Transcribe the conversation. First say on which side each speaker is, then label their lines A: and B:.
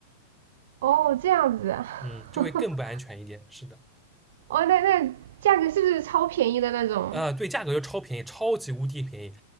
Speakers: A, on the right (about 70°); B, in the centre.
A: 哦，这样子啊，
B: 嗯，就会更不安全一点。
A: <laughs>
B: 是的，
A: 哦，那那价格是不是超便宜的那种？
B: 啊，对，价格就超便宜，超级无敌便宜，